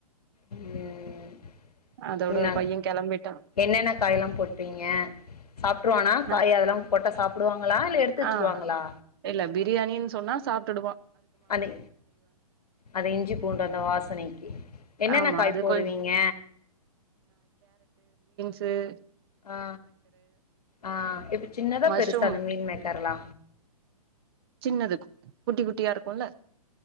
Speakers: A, on the left; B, on the right.
A: உம்
B: அதோட
A: என்ன
B: பைய கெளம்பிட்டா
A: என்னென்ன காய்ல்லா போட்டீங்க சாப்ட்ருவானா
B: நா
A: காய் அதெல்லா போட்டா சாப்புடுவாங்களா இல்ல எடுத்து வச்சிருவாங்களா
B: ஆ இல்ல பிரியாணின் சொன்னா சாப்டுடுவா
A: அனி அது இஞ்சி பூண்டு அந்த வாசனைக்கு என்னன்ன
B: ஆமா
A: காய்
B: அது
A: போடுவீங்க
B: கொஞ் து
A: ஆ ஆ இப்ப சின்னதா
B: மஷ்ரூம்
A: பெருசா அந்த மீன் மேக்கர்ல்லா
B: சின்னதுக்கு குட்டி குட்டியா இருக்குல்ல